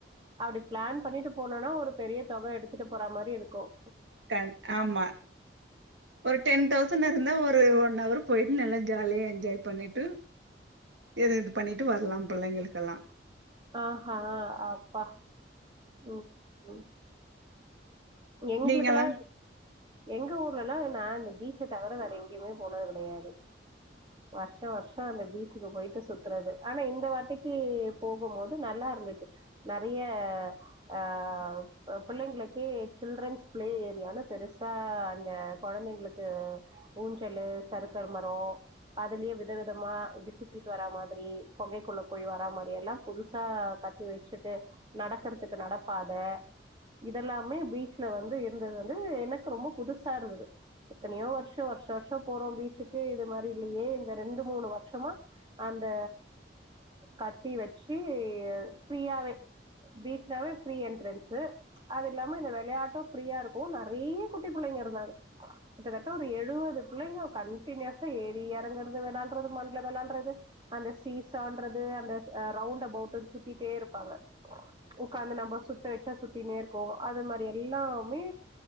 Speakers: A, on the right; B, on the right.
A: அப்டிப் பிளான் பண்ணிட்டு போனோனா ஒரு பெரிய தொக எடுத்துட்டு போறா மாரி யிருக்கும்
B: கண் ஆமா ஒரு டென் தௌச சன் இருந்தா ஒரு ஒன் அவர் போயிட்டு நல்லா ஜாலியா என்ஜாய் பண்ணிட்டு இதுது பண்ணிட்டு வரலாம் பிள்ளைங்களுக் கலா
A: ஆ ஹா அப்பா ம் ம் எங்களுக்கெல்லா
B: நீங்கல்லா
A: எங்க ஊர்லெல்லா நா இந்த பீச்ச தவிர வேற எங்கேயுமே போனது கிடையாது வருஷ வருஷ அந்த பீச்சுக்கு போயிட்டு சுத்தறது ஆனா இந்த வாட்டிக்கு போகும்போது நல்லா இருந்துச்சு நெறைய ஆ பிள்ளைங்களுக்கே சில்ட்ரன்ஸ் பிளே ஏரியான்னு பெருசா அந்த கொழந்தைங்களுக்கு ஊஞ்சலு சருக்கல் மர அதுலேயே விதவிதமா இப்டி சுத்திட்டு வரா மாதிரி கொகைக்குள்ள போய் வரா மாரி எல்லாம் புதுசா கட்டி வச்சுட்டு நடக்கறதுக்கு நடப்பாத இதெல்லாமே பீச் ல வந்து இருந்தது வந்து எனக்கு ரொம்ப புதுசா இருந்தது எத்தனையோ வருஷ வர்ஷ வர்ஷ போறோ பீச்சுக்கு இது மாரி இல்லையே இந்த ரெண்டு மூணு வர்ஷமா அந்த கட்டி வச்சீ ஃப்ரியாவே பீச்லவ ஃப்ரி என்ட்ரன்ஸு அது இல்லாம இந்த விளையாட் டு ஃப்ரியா இருக்கு நெறைய குட்டி புள்ளைங்க இருந்தாங்க கிட்டத்தட்ட ஒரு எழுவது பிள்ளைங்க கன்டினியசா ஏறி இறங்கறது வெளான்றது மண்ல வெளான்றது அந்த சீசான்றது அந்த அ ரவுண்டபோட்ன்னு சுத்திட்டே இருப்பாங்க உக்காந்து நம்ப சுத்த வச்சா சுத்தினே இருக்கு அது மாரி எல்லாமே